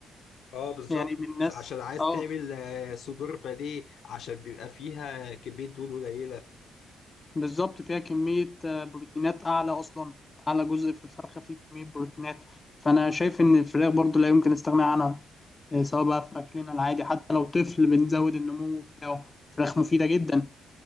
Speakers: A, on the left; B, on the left.
A: اه بالظبط
B: يعني من الناس
A: س- عشان عايز
B: اه
A: تعمل آه، صدور بانيه عشان بيبقى فيها كمية دهون قليلة
B: بالظبط فيها كمية آه، بروتينات أعلى أصلا أعلى جزء في الفرخة فيه كمية بروتينات فأنا شايف إن الفراخ برضو لا يمكن استغناء عنها آه، سواء بقى في أكلنا العادي حتى لو طفل بنزود النمو بتاعه فراخ مفيدة جدا